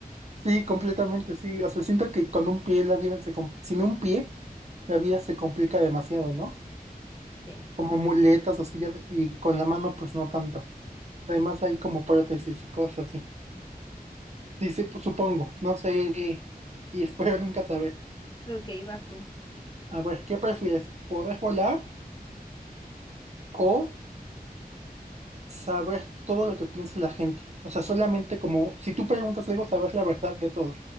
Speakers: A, on the right (about 45°); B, on the left (about 30°).
A: Sí, completamente, sí. O sea, siento que con un pie la vida se complica. Sin un pie, la vida se complica demasiado, ¿no?
B: Sí.
A: Como muletas o silla de- y con la mano, pues no tanto. Además, hay como prótesis y cosas así. Sí, sí, pues, supongo. No sé. Y espero nunca saber.
B: Ok, vas tú.
A: A ver, ¿qué prefieres? ¿Poder volar o saber todo lo que piensa la gente? O sea, solamente como si tú preguntas algo, saber la verdad de todo.